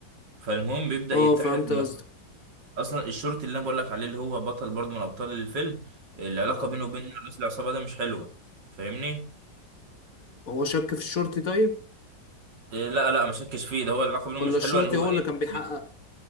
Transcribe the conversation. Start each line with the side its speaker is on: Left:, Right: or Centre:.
Right: فالمهم بيبدأ
Left: اه
Right: يتحد
Left: فهمت
Right: م-
Left: قصدك
Right: اصلا الشرطي اللي انا بقول لك عليه اللي هو بطل برضه من ابطال الفيلم العلاقة
Left: اه
Right: بينه وبين رئيس العصابة ده مش حلوة فاهمني
Left: هو شك في الشرطي طيب
Right: آه، لا لا ما شكش فيه ده هو العلاقة بينهم
Left: ولا
Right: مش
Left: الشرطي
Right: حلوة ان هو
Left: هو
Right: ايه
Left: اللي كان بيحقق